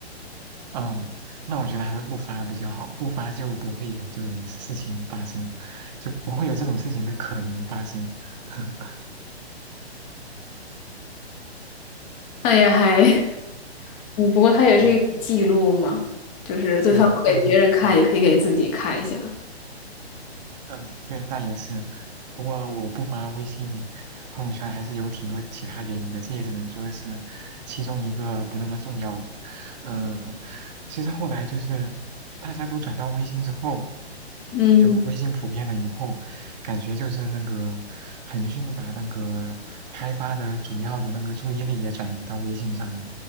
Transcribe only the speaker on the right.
嗯，那我觉得还是不发比较好，不发就不会有这种事情发生，就不会有这种事情的可能发生。<laughs>
嗯，
对，但是嗯。
嗯，对，那也是。不过我不发微信朋友圈还是有挺多其他原因的，这也只能说是其中一个不那么重要的。嗯，其实后来就是大家都转到微信之后，
就微信普遍了以后，感觉就是那个腾讯把那个开发的主要的那个注意力也转移到微信上了，